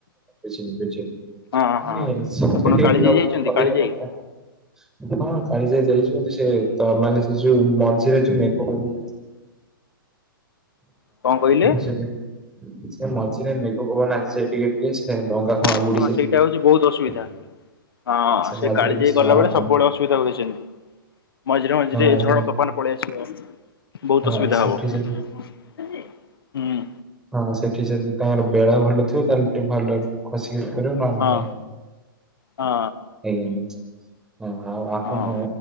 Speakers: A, in the centre; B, on the left (about 80°).
A: କିଛି କିଛି <inaudible>
B: ହଁ ହଁ
A: ନଁେ
B: ଆପଣ
A: ଟିକେ
B: କାଳିଜାଇ
A: ବୁୁ
B: ଯାଇଛନ୍ତି
A: କରି
B: କାଳିଜାଇ
A: ଦରକାର <unintelligible> ହଁ କାଳୀଯାଇ ଯାଇଛି ମ ସେ ତ ମାନେ ସେ ଯୋଉ ଯରା ଯୁ ମ ଖବ ବା
B: କଣ କହିଲେ?
A: ବଝ <inaudible> ସେ ମଝିରେ ମେଘ ପବନ ଆସିଯାଏ ଟିକେ ଟିକେ ସେ ଡଙ୍ଗା ଫଙ୍ଗା
B: ହଁ
A: ବୁଡିଯାଏ
B: ହଁ ସେଇଟା ହଉଛି ବହୁତ ଅସୁବିଧା ହଁ ସେ
A: ମଝିରେ
B: କାଳି
A: କିଛି
B: ଯାଇ ଗଲା
A: ଜଣା
B: ବେଳେ
A: ପଡେ
B: ସବୁବେଳେ ଅସୁବିଧା ହୁଏ ସେମିତି ମଝିରେ ମଝିରେ
A: ହଁ
B: ଏ ଝଡ
A: ସେ
B: ତୋ ପବନ ପଳେଇ ଆସିବ ବହୁତ
A: ହଁ
B: ଅସୁବିଧା
A: ସେଠି
B: ହବ
A: ଯଦି
B: ହୁଁ
A: ହଁ ସେଠି ଯଦି ତମର ବେଳା ଭଲ ଥିବ ତାହେଲେ ଟିକେ ଭଲ ଖୋସିିକ ନଇ
B: ହଁ ହଁ
A: <unintelligible> ହଁ ଆଉ ଆପଣ
B: ହଁ